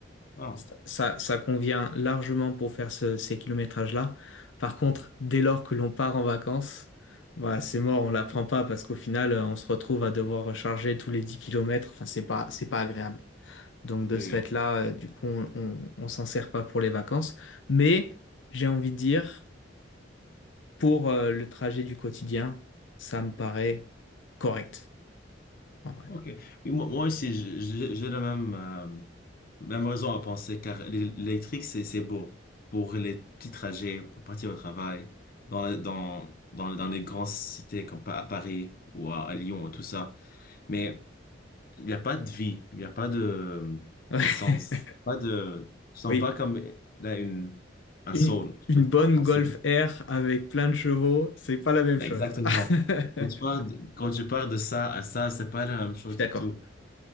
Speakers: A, on the left; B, on the left.
A: Ah,
B: Ça, ça ça convient largement pour faire ce- ces kilométrages-là. Par contre, dès lors que l'on part en vacances, bah, c'est mort, on ne l'apprend pas parce qu'au final, euh, on se retrouve à devoir recharger tous les 10 kilomètres. Enfin, c'est pas, c'est pas agréable. Donc, de
A: oui.
B: ce fait-là,
A: oui.
B: euh, du coup, on, on, on s'en sert pas pour les vacances. Mais j'ai envie de dire, pour euh, le trajet du quotidien, ça me paraît correct, en vrai.
A: OK. Et moi, moi aussi, j- j- j'ai la même, euh, même raison à penser, car l'é- l'électrique, c'est, c'est beau pour les petits trajets, pour partir au travail, dans, la- dans, dans, dans les grandes cités comme pa- à Paris ou à, à Lyon, tout ça. Mais il n'y a pas de vie, il n'y a pas de euh,
B: <laughs> Ouais.
A: essence, pas de... Je sens
B: Oui.
A: pas comme euh, là, une, un
B: Une,
A: soul, je
B: une
A: peux dire
B: bonne
A: en français.
B: Golf R avec plein de chevaux, c'est pas la même
A: Mais
B: chose.
A: Exactement.
B: <laughs>
A: Quand tu pars de, quand tu pars de ça à ça, c'est pas la même chose
B: Je suis
A: du
B: d'accord.
A: tout.